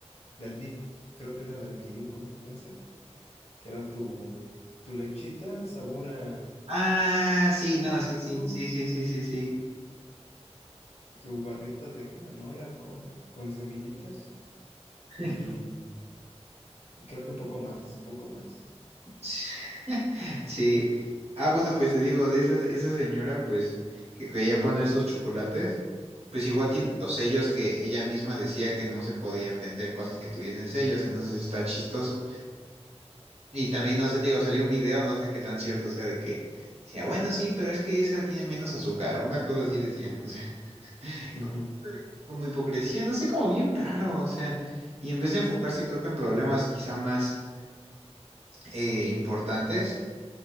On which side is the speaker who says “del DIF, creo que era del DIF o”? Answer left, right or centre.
Left